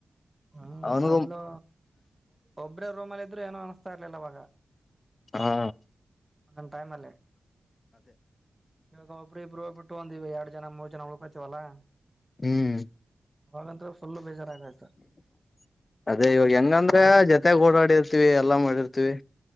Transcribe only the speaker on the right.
ಹ್ಮ್
ಮೊದ್ಲು ಒಬ್ರೇ ರೂಮ್ಲ್ಇದ್ರು ಏನೋ ಅನಿಸ್ತಾ ಇರ್ಲಿಲ್ಲ ಅವವಾಗ
ಒಂದೊಟೈಮ್ ಅಲ್ಲಿಇವಾಗ ಒಬ್ಬ್ರ ಇಬ್ಬರುಗ್ ಬಿಟ್ಟು ಒಂದವಿ ಎರಡು ಜನ ಮೂರು ಜನ ಉಳ್ಕೋತವಲ್ಲಾ
ಅವಂತ್ರ ಫುಲ್ಬೇಜಾರಾಗ ಆಯತ